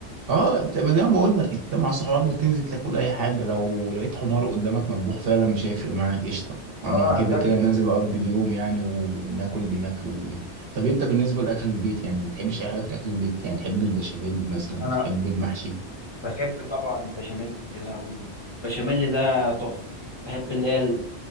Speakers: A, on the right; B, on the left.
A: اه انت ما زي ما بقول لك انت مع صحابك بتنزل تاكل اي حاجه لو لقيت حمار قدامك مذبوح فعلا مش هيفرق معاك قشطه انا
B: اه
A: كده
B: هتاكله
A: كده نازل
B: يا باشا
A: اقضي اليوم يعني وناكل اللي ناكله وننام. طب انت بالنسبه لاكل البيت يعني ما بتحبش اي حاجه في اكل البيت يعني تحب البشاميل مثلا
B: انا
A: تحب المحشي
B: بحب طبعا البشاميل يا لهوي البشاميل ده تحفه بحب اللي هي